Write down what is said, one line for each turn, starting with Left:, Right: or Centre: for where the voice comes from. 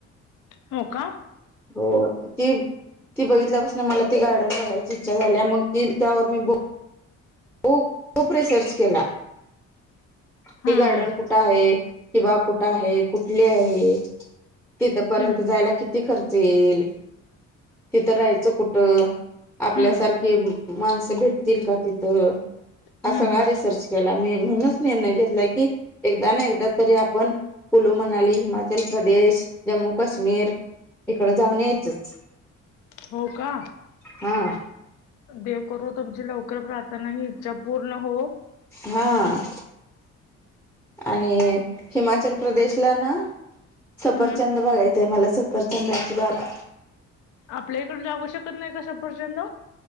Left: हो का
Centre: हो. ती- ती बघितल्यापासन मला ती गार्डन बघायची इच्छा झालीया. मग ती त्यावर मी- खूप. खूप रिसर्च केला.
Left: हा
Centre: ती
Left: हा
Centre: गार्डन
Left: हम्म
Centre: कुठे आहे? ती बाग कुठ आहे? कुठली आहे? तिथपर्यंत
Left: हम्म
Centre: जायला किती खर्च येईल? तिथं राहायचं कुठं? आपल्यासारखे
Left: हम्म
Centre: माणसं भेटतील का तिथ? थ. हा
Left: हम्म
Centre: सगळा
Left: हम्म
Centre: रिसर्च- केला मी. म्हणूनच निर्णय घेतला की एकदा ना एकदा तरी आपण- कुल्लू मनाली, हिमाचल प्रदेश, जम्मू काश्मीर- इकड जाऊन यायचच.
Left: हो का
Centre: हां.
Left: देव करो तुमची लवकर प्रार्थना आणि इच्छा पूर्ण होवो.
Centre: हां. आणि हिमाचल प्रदेशला ना? सफरचंद
Left: हम्म
Centre: बघायचय मला. सफरचंदाची बाग.
Left: आपल्या इकडले लागू शकत नाही का सफरचंद?